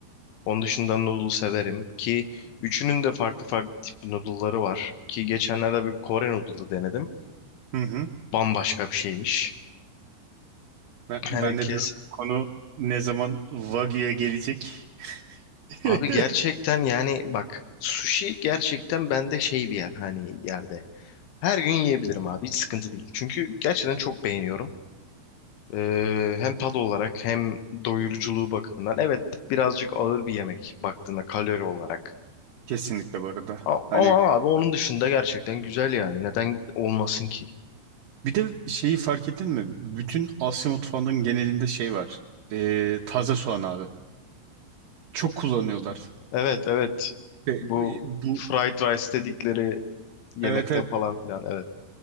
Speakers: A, on the left; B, on the right.
A: Onun dışında noodle severim ki üçünün de farklı farklı tip noodle'ları var. Ki geçenlerde bir Kore noodle'ı denedim.
B: Hı hı.
A: Bambaşka bir şeymiş.
B: Ben,
A: <clears throat>
B: ben
A: Yani
B: de
A: kes.
B: diyorum konu ne zaman Wagyu'ya gelecek? <laughs>
A: Abi gerçekten yani bak sushi gerçekten bende şey bir yer hani yerde. Her gün yiyebilirim abi. Hiç sıkıntı değil. Çünkü gerçekten çok beğeniyorum. Ee, hem tad olarak hem doyuruculuğu bakımından. Evet birazcık ağır bir yemek baktığında kalori olarak.
B: Kesinlikle bu arada.
A: A-
B: Hani
A: ama abi onun dışında gerçekten güzel yani. Neden olmasın ki?
B: bir de şeyi fark ettin mi? Bütün Asya mutfağının genelinde şey var. Ee, taze soğan abi. Çok kullanıyorlar.
A: Evet evet.
B: Ve
A: Bu
B: e, bu
A: fried rice dedikleri yemekte
B: evet evet
A: falan filan. Evet.